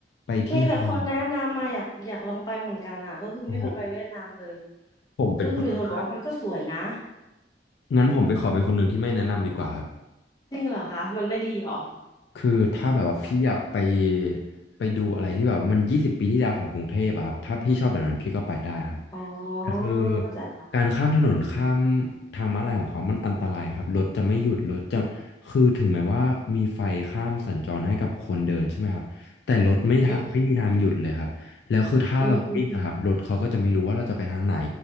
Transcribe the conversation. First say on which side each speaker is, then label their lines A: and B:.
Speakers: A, on the left; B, on the left.
A: ไปที่ฮัน
B: มีแต่คนแนะนำมาอยากอยากลองไปเหมือนกันอ่ะก็คือไม่เคยไปเวียดนามเลย
A: โอ้โหผมเป็นคน
B: คือคือมีแต่คนบอกว่ามันก็สวยนะ
A: งั้นผมไปขอเป็นคนหนึ่งที่ไม่แนะนำดีกว่าครับ
B: จริงเหรอคะมันไม่ดีเหรอ
A: คือถ้าแบบว่าพี่อยากไปไปดูอะไรที่แบบว่ามันยี่สิบปีที่แล้วของกรุงเทพอะครับถ้าพี่ชอบแบบนั้นพี่ก็ไปได้ครับ
B: อ๋อ
A: คือ
B: เข้าใจละ
A: การข้ามถนนข้ามทางม้าลายของเขามันอันตรายครับรถจะไม่หยุดรถจะคือถึงแม้ว่ามีไฟข้ามสัญจรให้กับคนเดินใช่ไหมครับแต่รถไม่ทางไม่มีทางหยุดเลยครับแล้วคือถ้าเราวิ่งนะครับรถเขาก็จะไม่รู้ว่าเราจะไปทางไหน
B: อืมอืม